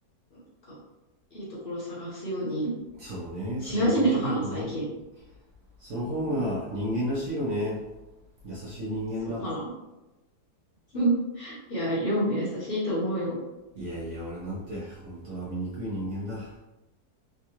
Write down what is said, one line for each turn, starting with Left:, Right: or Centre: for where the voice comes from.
Left: なんか、いいところ探すように
Right: そうね。
Left: し始めたかな、
Right: それが正しいんだろうな。
Left: 最近。
Right: その方が人間らしいよね。
Left: うん
Right: 優しい人間だ。
Left: そうかな。<laughs> うんいや、りょうも優しいと思うよ。
Right: いやいや、俺なんて本当は醜い人間だ。